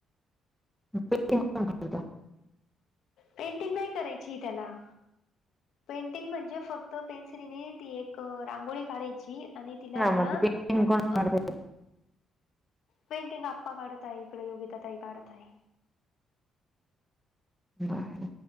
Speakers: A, in the centre; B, on the left.
A: <unintelligible>
B: पेंटिंग नाही करायची त्याला. पेंटिंग म्हणजे फक्त पेन्सिलने ती एक रांगोळी काढायची आणि तिला आहे
A: कोण
B: ना
A: पेंटिंग
B: <inaudible>
A: कोण
B: अप
A: काढतय
B: पेंटिंग आप्पा काढत आहे. इकडे योगिता ताई काढत आहे.
A: बर.